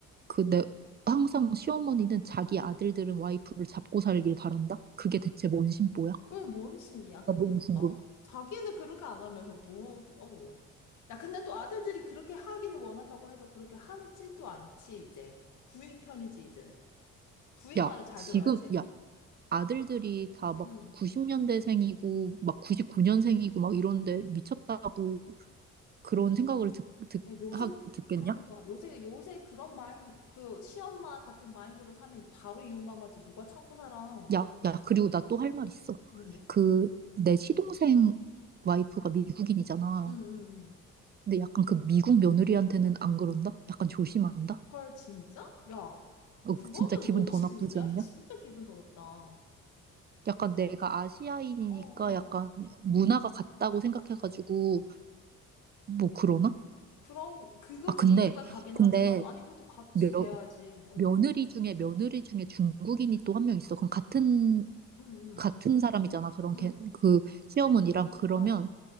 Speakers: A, on the right (about 35°); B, on the left (about 75°).
A: 그 내 항상 시어머니는 자기 아들들은 와이프를 잡고 살길 바란다. 그게 대체 뭔 심보야?
B: 그게 뭔 심리야,
A: 나
B: 그러니까.
A: 너무 궁금해.
B: 자기는 그렇게 안 하면서 뭐, 어. 야, 근데 또 아들들이 그렇게 하기를 원한다고 해서 그렇게 하지도 않지, 이제. 부인 편이지, 이제. 부인
A: 야,
B: 말을 잘
A: 지금
B: 들어야지.
A: 야, 아들들이 다 막
B: 응
A: 90년대생이고 막 99년생이고 막 이런데 미쳤다고 그런 생각을 듣, 듣,
B: 야, 요새,
A: 하,
B: 그,
A: 듣겠냐?
B: 그러니까, 요새, 요새 그런 마인, 그, 시엄마 같은 마인드로 사면 바로 이혼당하지. 누가 참고 살아.
A: 야, 야, 그리고 나 또 할 말 있어.
B: 뭔데?
A: 그 내 시동생 와이프가 미국인이잖아.
B: 응, 응, 응.
A: 근데 약간 그 미국 며느리한테는 안 그런다? 약간 조심한다?
B: 헐, 진짜? 야,
A: 어,
B: 그거는
A: 진짜 기분
B: 몸
A: 더
B: 심리냐?
A: 나쁘지 않냐?
B: 진짜 기분 더럽다. 어,
A: 약간 내가 아시아인이니까
B: 어.
A: 약간 문화가 같다고 생각해가지고 뭐 그러나?
B: 그럼, 그건
A: 아
B: 좀
A: 근데
B: 이해가 가긴
A: 근데
B: 하지만, 아니, 그것도 같이
A: 며,
B: 돼야지. 어.
A: 며느리 중에 며느리 중에 중국인이 또 한 명 있어. 그럼 같은
B: 응, 응,
A: 같은 사람이잖아. 그런
B: 응.
A: 걔, 그 시어머니랑 그러면
B: 어.